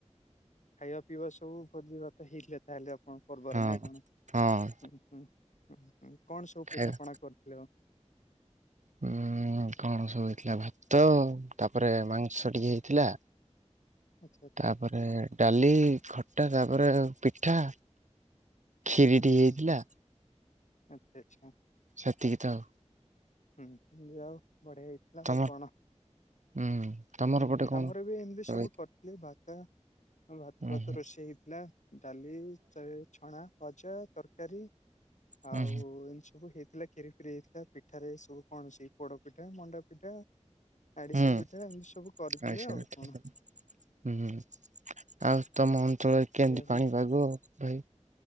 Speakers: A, on the left; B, on the right.
A: ଖାଇବା ପିଇବା ସବୁ ଭୋଜି ଭାତ ହେଇଥିଲା ତାହେଲେ ଆପଣଙ୍କ ପର୍ବରେ
B: ହଁ
A: ନା କଣ?
B: ହଁ
A: ହୁଁ। ହୁଁ ହୁଁ ହୁଁ କଣ ସବୁ
B: ଖାଇବା
A: ପିଠାପଣା କରିଥିଲେ ଆଉ?
B: ହୁଁ। କଣ ସବୁ ହେଇଥିଲା ଭାତ ତାପରେ ମାଂସ ଟିକେ ହେଇଥିଲା।
A: ଆଚ୍ଛା ଆଚ୍ଛା
B: ତାପରେ ଡାଲି, ଖଟା, ତାପରେ ପିଠା। ଖିରି
A: ହୁଁ
B: ଟିକେ ହେଇଥିଲା।
A: ହୁଁ ହୁଁ। ଆଚ ଆଚ୍ଛା ହଁ।
B: ସେତିକି ଥାଉ।
A: ହୁଁ ଯାହାହୋଉ ବଢିଆ ହେଇଛି। ହେଲା
B: ତମ
A: ହଉ କଣ?
B: ଉଁ ତମର
A: ହୁଁ
B: ପଟେ କଣ?
A: ଆମର ବି ଏମିତି
B: ଉଁ
A: ସବୁ କର ଲି ଭାତ ଭାତ
B: ହୁଁ
A: ଫାତ
B: ହୁଁ
A: ରୋଷେଇ ହେଇଥିଲା ଡାଲି ଚା ଛଣା ଭଜା ତରକାରୀ
B: ହୁଁ
A: ଆଉ ଏମିତି ସବୁ ହେଇଥିଲା କ୍ଷୀରି ଫିରି ହେଇଥିଲା ପି ପିଠାରେ ସବୁ କଣ ସେ ପୋଡ ପିଠା, ମଣ୍ଡା ପିଠା ଆଡିଶା
B: ହୁଁ
A: ପିଠା ଏମିତି ସବୁ କରିଥିଲେ
B: ଆଇଁଷ
A: ଆଉ
B: ହେଇଥିଲା।
A: କଣ।
B: ହୁଁ। ଆଉ ତମ ଅଞ୍ଚଳରେ କେମିତି
A: ଏବେ
B: ପାଣିପାଗ ଭାଇ?